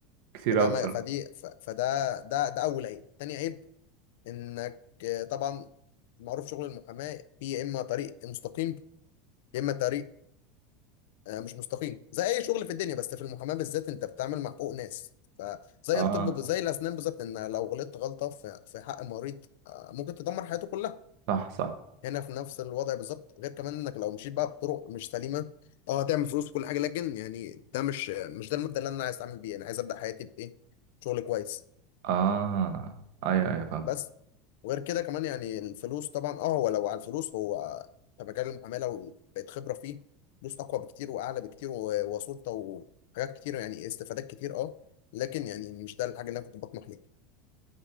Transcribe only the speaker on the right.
كتير
قوي
بصراحه
اه
صح صح
اه ايوه ايوه فاهم